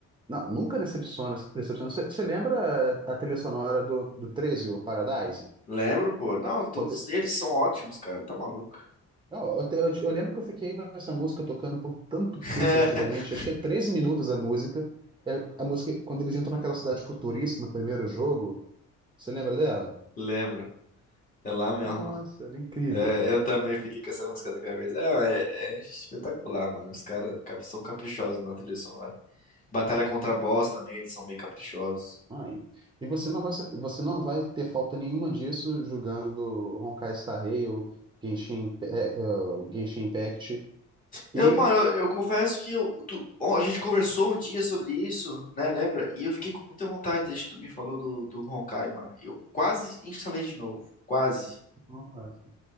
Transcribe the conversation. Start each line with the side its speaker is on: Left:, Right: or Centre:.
Right: Não, nunca decepciona. decepciona. Você lembra a trilha sonora do, do 13 o Paradise?
Left: Lembro, pô. Não, todos
Right: Quando
Left: eles são ótimos, cara. Tá maluco?
Right: Não, eu, te- eu te- eu lembro que eu fiquei com essa música tocando por tanto
Left: <laughs>
Right: tempo antigamente, acho que é 13 minutos a música. É a música quando eles entram naquela cidade futurista no primeiro jogo. Você lembra dela?
Left: Lembro. É lá mesmo.
Right: Nossa, era incrível.
Left: É, eu também fiquei com essa música na cabeça. É, é, é espetacular, mano. Os caras cap- são caprichosos na trilha sonora. Batalha contra a boss também, eles são bem caprichosos.
Right: Ai. E você não vai, se- você não vai ter falta nenhuma disso jogando Honkai Star Rail ou Genshin, Imp- é, é, Genshin Impact.
Left: Eu,
Right: E.
Left: mano, eu, eu confesso que eu, tu- ó, a gente conversou um dia sobre isso, né? Lembra? E eu fiquei com muita vontade desde que tu me falou do, do Honkai, mano. E eu quase instalei de novo. Quase.
Right: Nossa,